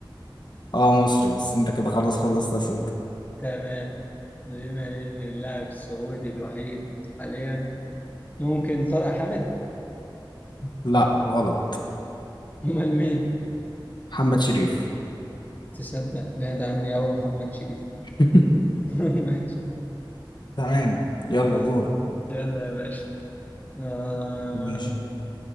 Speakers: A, on the left; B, on the left.
A: اه مصري بس انت كده خلاص خلصت أسئلتك
B: تمام بما إن اللاعب السعودي الوحيد حاليا ممكن طارق حامد
A: لا غلط
B: أمال مين
A: محمد شريف
B: تصدق بعد عني أوي محمد شريف
A: <laughs>
B: <laughs> ماشي
A: تمام يلا
B: يلا
A: دورك
B: يلا يا باشا آه...
A: ماشي